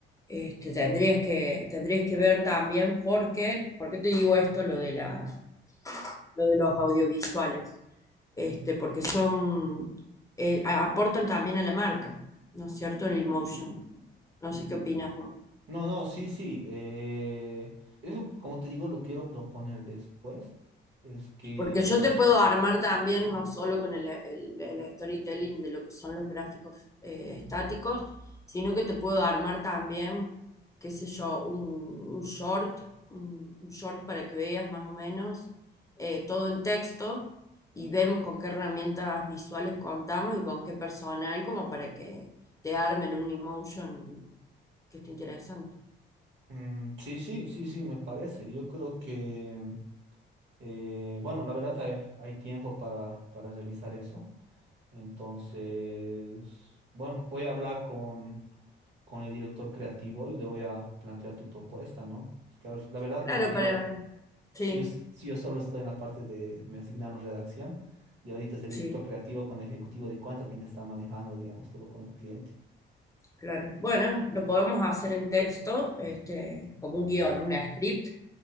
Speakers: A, on the left; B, on the right.
A: Este, tendrías que, tendrías que ver también por qué, por qué te digo esto, lo de la, lo de los audiovisuales, este, porque son, eh, a- aportan también a la marca, ¿no es cierto? El emotion. No sé qué opinas vos.
B: No, no, sí, sí. eh, eso, como te digo, lo quiero proponer después. Es que,
A: Porque yo te puedo armar también, no solo con el, el- el storytelling de lo que son los gráficos eh, estáticos, sino que te puedo armar también, qué sé yo, un, un short, un, un short para que veas más o menos eh, todo en texto y vemos con qué herramientas visuales contamos y con qué personal, como para que te armen un emotion que esté interesante.
B: mm, sí, sí, sí, sí, me parece. Yo creo que, mm, eh, bueno, la verdad hay, hay tiempo para, para realizar eso. Entonces, bueno, voy a hablar con, con el director creativo y le voy a plantear tu propuesta, ¿no? Es que al- la verdad,
A: Claro,
B: como te digo,
A: para... Sí,
B: si yo, si yo solo estoy en la parte de, me asignaron redacción y ahorita es el
A: sí.
B: director creativo con el ejecutivo de cuenta quien está manejando, digamos, todo con el cliente.
A: Claro. Bueno, lo podemos hacer en texto, este, como un guión, una script,